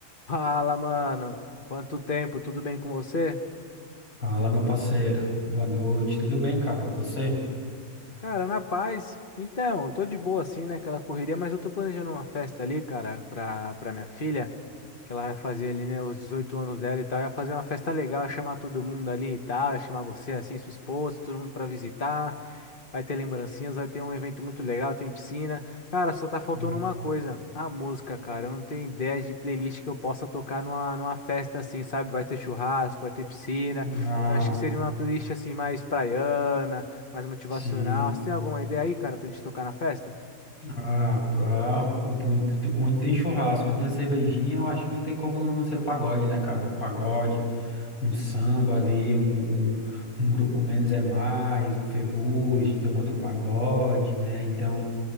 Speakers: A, on the left (about 35°); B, on the left (about 75°).
A: Fala, mano. Quanto tempo? Tudo bem com você?
B: Fala, meu parceiro. Boa noite. Tudo bem, cara? E você?
A: Cara, na paz. Então, eu tô de boa assim, né? Aquela correria, mas eu tô planejando uma festa ali, cara, pra, pra minha filha, que ela vai fazer ali, né, os 18 anos dela e tal. Ia fazer uma festa legal, ia chamar todo mundo ali e tal, ia chamar você, assim, sua esposa, todo mundo pra visitar. Vai ter lembrancinhas, vai ter um evento muito legal, tem piscina. Cara, só tá faltando
B: Hum.
A: uma coisa, a música, cara. Eu não tenho ideia de playlist que eu possa tocar numa, numa festa assim, sabe? Vai ter churrasco, vai ter piscina.
B: Ah,
A: Então acho que seria uma playlist assim mais praiana mais motivacional.
B: sim.
A: Você tem alguma ideia aí, cara, pra gente tocar na festa?
B: Ah, pra, um pra onde onde tem churrasco, onde tem cervejinha, eu acho que não tem como não, não ser pagode, né, cara? Um pagode, um samba ali, um, um, um grupo menos é mais, um ferrugem, tomando pagode, né? Então,